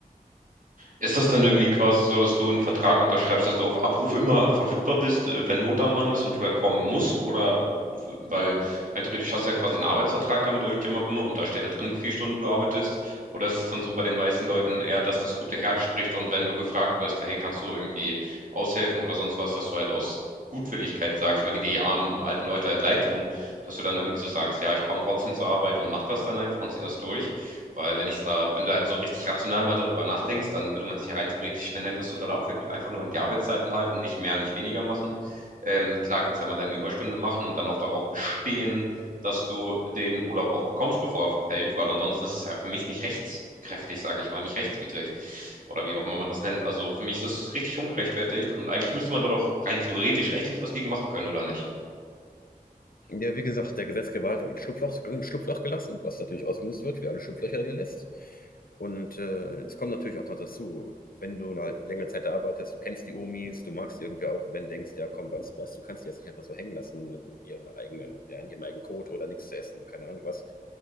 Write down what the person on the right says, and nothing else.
Ist das dann irgendwie quasi so, dass du einen Vertrag unterschreibst, dass du auf Abruf immer verfügbar bist, äh, wenn Not am Mann ist und du dann kommen musst? Oder w weil rein theoretisch hast du ja quasi einen Arbeitsvertrag da mit irgendjemandem und da steht da drin, wie viele Stunden du arbeitest? Oder ist es dann so bei den meisten Leuten eher, dass das gute Herz spricht und wenn du gefragt wirst: „Hey, kannst du irgendwie aushelfen oder sonst was“, dass du halt aus Gutwilligkeit sagst, weil dir die armen alten Leute halt leid tun, dass du dann irgendwie so sagst: „Ja, ich komme trotzdem zur Arbeit und mache das dann einfach und ziehe das durch“? Weil wenn ich da, wenn du halt so richtig rational mal darüber nachdenkst, dann würde man sich ja rein theoretisch, wenn dein das total abfällt, einfach nur an die Arbeitszeiten halten, nicht mehr, nicht weniger machen. Ähm, klar kannst du einmal deine Überstunde machen und dann auch darauf bestehen, dass du den Urlaub auch bekommst, bevor er verfällt, weil ansonsten ist es ja für mich nicht rechtskräftig, sage ich mal, nicht rechtswidrig oder wie auch immer man das nennt. Also für mich ist das richtig ungerechtfertigt und eigentlich müsste man da doch rein theoretisch rechtlich was gegen machen können, oder nicht?